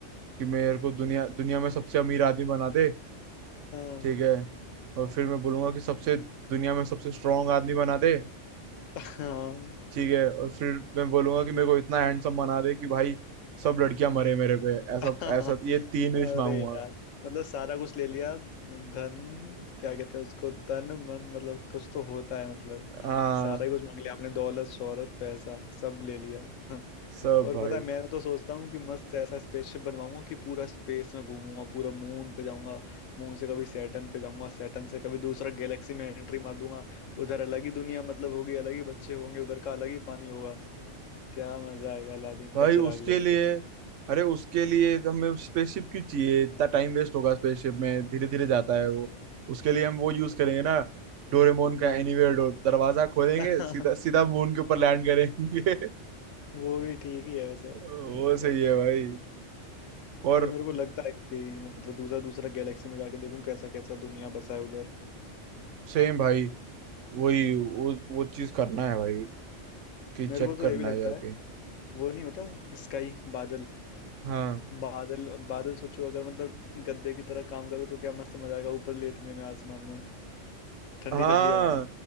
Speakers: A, on the right; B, on the left.
A: कि मेरे को दुनिया दुनिया में सबसे अमीर आदमी बना दे
B: हाँ
A: ठीक है और फिर मैं बोलूंगा कि सबसे दुनिया में सबसे स्ट्रांग आदमी बना दे
B: हाँ
A: ठीक है और फिर मैं बोलूंगा कि मेरे को इतना हैंडसम बना दे कि भाई सब लड़कियां मरे मेरे पे ऐसा
B: <laughs>
A: ऐसा ये तीन
B: अरे
A: विश मांगूंगा
B: यार मतलब सारा कुछ ले लिया धन क्या कहते हैं उसको तन मन मतलब कुछ तो होता है मतलब
A: हाँ
B: सारा ही कुछ मांग लिया आपने दौलत शोहरत पैसा सब ले लिया <laughs>
A: सब
B: और
A: भाई
B: पता है मैं तो सोचता हूँ कि मस्त ऐसा स्पेसशिप बनवाऊंगा कि पूरा स्पेस में घूमूंगा पूरा मून पे जाऊंगा मून से कभी सैटर्न पे जाऊंगा सैटर्न से कभी दूसरा गैलेक्सी में एंट्री मार दूंगा उधर अलग ही दुनिया मतलब होगी अलग ही बच्चे होंगे उधर का अलग ही पानी होगा क्या मजा आएगा अलादीन
A: भाई
B: का चिराग
A: उसके
B: लेके
A: लिए अरे उसके लिए तो हमें स्पेसशिप क्यों चाहिए इतना टाइम वेस्ट होगा स्पेसशिप में धीरे धीरे जाता है वो उसके लिए हम वो यूज करेंगे ना डोरेमोन का
B: <laughs> हाँ
A: एनीवेयर डोर दरवाजा खोलेंगे
B: <laughs>
A: सीधा सीधा मून के ऊपर लैंड करेंगे
B: वो भी ठीक ही है वैसे
A: <laughs> वो
B: मतलब
A: सही है भाई और
B: मतलब मेरे को लगता है कि मतलब दूसरा दूसरा गैलेक्सी में जाके देखूं कैसा कैसा दुनिया बसा है उधर
A: सेम भाई वही वो वो चीज करना है भाई कि
B: मेरे
A: चेक
B: को तो
A: करना
B: ये भी लगता
A: है जाके
B: है वो नहीं होता स्काई बादल
A: हाँ
B: बादल बादल सोचो अगर मतलब गद्दे की तरह काम करो तो क्या मस्त मजा आएगा ऊपर लेटने में आसमान में ठंडी
A: हाँ
B: ठंडी हवा में